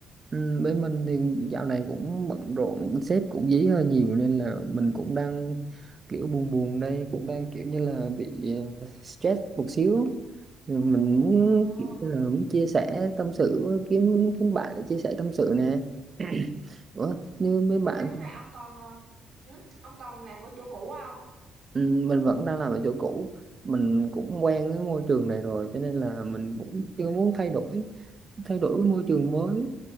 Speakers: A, on the right; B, on the right.
A: ừm, bên mình thì dạo này cũng bận rộn, sếp cũng dí hơi nhiều nên là mình cũng đang kiểu buồn buồn đây, cũng đang kiểu như là bị
B: Ừ.
A: ờ, stress một xíu. Thì Mình muốn
B: Ồ,
A: kiểu như là muốn chia sẻ tâm sự với kiếm kiếm bạn để chia sẻ tâm sự nè. <coughs> <clears throat> Ủa, như mấy bạn
B: Ôi, nhưng mà ông còn ờ, ừ? ông còn làm ở chỗ cũ không?
A: ừm, mình vẫn đang làm ở chỗ cũ, mình cũng quen với môi trường này rồi cho nên là mình cũng chưa muốn thay đổi thay đổi cái môi trường mới